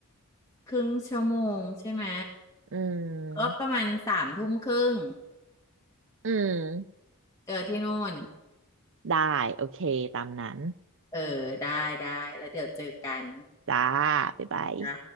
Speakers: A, on the left; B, on the right.
A: ครึ่งชั่วโมงใช่ไหม
B: อื
A: ก็ประมาณสามทุ่มครึ่ง
B: ม อืม
A: เจอที่นู่น
B: ได้โอเคตามนั้น
A: เออได้ได้แล้วเดี๋ยวเจอกัน
B: จ้าบ๊ายบาย
A: จ้ะ